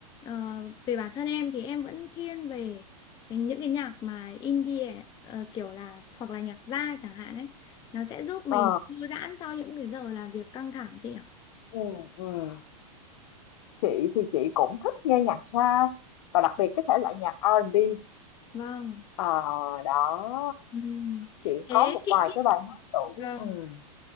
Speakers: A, on the left; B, on the left.
A: ờ, về bản thân em thì em vẫn thiên về cái- những cái nhạc mà indie ờ, kiểu là hoặc là nhạc jazz chẳng hạn ấy. Nó sẽ giúp mình
B: ờ,
A: thư giãn sau những cái giờ làm việc căng thẳng chị nhỉ?
B: ừm, ừm. Chị thì chị cũng thích nghe nhạc jazz và đặc biệt cái thể loại nhạc R&B.
A: Vâng.
B: Ờ, đó.
A: Ừm.
B: Chị
A: Thế
B: có một
A: chị
B: vài
A: thích
B: cái bài hát tủ.
A: vâng,
B: Ừm.